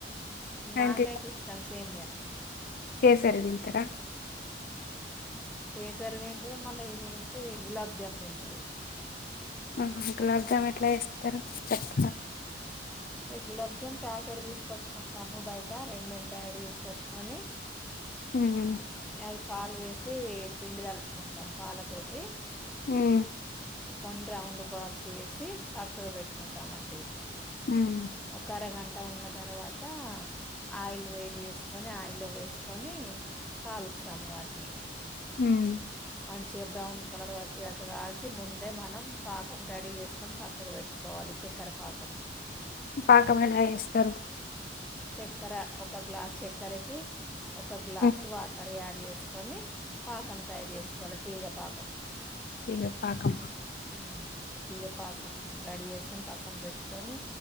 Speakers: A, in the centre; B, on the left.
A: నాకైతే
B: అంటే
A: ఇష్టంమ్స్ సేమ్యా
B: కేసరి తింటరా
A: కేసరి తింటారు మళ్ళ ఇది ఏంటి గులాబ్ జామ్ తింటారు.
B: ఆహహ గులాబ్ జామ్ ఎట్లా చేస్తరు చెప్
A: ఏ గులాబ్ జామ్ ప్యాకెట్ తీసుకొచ్చుకుంటాము బయట రెండు మెంట్ ప్యాకెట్ తీసుకొచ్చుకొని
B: హు హు మ్
A: అవి పాలు వేసి పిండి తలుపుకుంటాం పాల తోటి
B: హుమ్
A: కొన్ని రౌండ్ బాల్స్ ఏసి పక్కగ పెట్టుకుంటామండి
B: మ్మ్.
A: ఒక అరగన్ ట్టా ఉన్న తర్వాత ఆయిల్ వేడి చేసుకొని ఆయిల్లో వేసుకొని కాలుస్తాము వాటిని
B: హు మ్ ఉ
A: మంచిగా బ్రౌన్ కలర్ వచ్చేదాకా కాలిసి, ముందే మనం పాకం రెడీ చేసుకొని, పక్కకు పెట్టుకోవాలి. చక్కెర పాకం.
B: పాకం ఎలా ఏస్తరు
A: చక్కెర ఒక గ్లాస్ చక్కెరకి ఒక గ్లాస్
B: మ్మ్.
A: వాటర్ యాడ్ చేస్ కొని పాకం తయారు చేేసుకోవల తీగ పాకం
B: తీగ పాకమా
A: హమ్ తీగపాకం రెడీ చేసుకొని పక్కన పెట్టుకొని